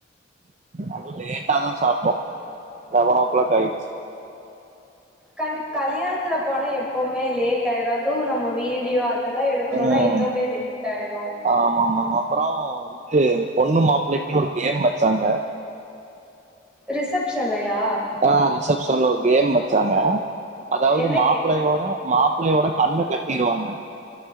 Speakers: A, on the right; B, in the centre.
A: அதுவு லேட்டாதா சாப் டோ செவன் ஓக் கிளாக் ஆயிட்ச்சு
B: கண்டிப் கல்யாணத்துல போனா எப்பவுமே லேட் டாயிரு அதுவு நம்ம வீடியோ அதெல்லா எடுக்ணுனா
A: ம்
B: இன்னுமே லேட்டாயிரு
A: ஆமா ம ம மேம் அப்றோ இது பொண்ணு மாப்ளைக்கி ஒரு கேம் வெச்சாங்க
B: ரிசப்ஷன்லயா
A: ஆ ரிசப்ஷன்ல ஒரு கேம் வெச்சாங்க அதாவது
B: என்ன
A: மாப்ளயோட
B: கேம்
A: மாப் பிளையோட கண்ண கட்டிருவாங்க